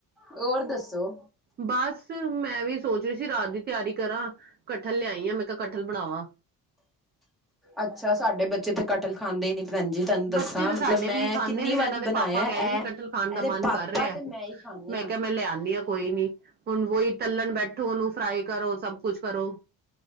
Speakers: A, in the centre; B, on the right (about 25°).
A: ਹੋਰ ਦੱਸੋ।
B: ਬਸ, ਮੈਂ ਵੀ ਸੋਚ ਰੀ ਸੀ, ਰਾਤ ਦੀ ਤਿਆਰੀ ਕਰਾਂ। ਕੱਠਲ ਲਿਆਈ ਆ, ਮੈਂ ਕੇਆ ਕੱਠਲ ਬਣਾਵਾ।
A: ਅੱਛਾ, ਸਾਡੇ ਬੱਚੇ ਤੇ ਕਟਲ ਖਾਂਦੇ ਈ ਨੀ। ਭੈਣ ਜੀ ਤਾਂਨੂੰ ਦੱਸਾਂ
B: ਬੱਚੇ ਤੇ
A: ਮਤਲਬ,
B: ਸਾਡੇ
A: ਮੈਂ
B: ਵੀ ਨੀ ਖਾਂਦੇ
A: ਕਿੰਨੀ
B: ਵੀ
A: ਵਾਰੀ
B: ਇਹਨਾਂ ਦੇ
A: ਬਣਾਇਆ
B: ਪਾਪਾ ਕਹਿ ਰਹੇ
A: ਐ
B: ਸੀ ਕਟਲ ਖਾਣ ਦਾ
A: ਏਦੇ
B: ਮਨ
A: ਪਾਪਾ
B: ਕਰ ਰਿਹਾ
A: ਤੇ ਮੈਂ ਖਾਂਦੇ
B: ਮੈਂ
A: ਹਾਂ
B: ਕੇਆ ਮੈਂ ਲਿਆ ਆਨੀ ਆ। ਕੋਈ ਨੀ, ਹੁਣ ਵੋਈ ਤੱਲਣ ਬੈਠੋ, ਓਨੂੰ ਫਰਾਈ ਕਰੋ ਸਭ ਕੁਛ ਕਰੋ।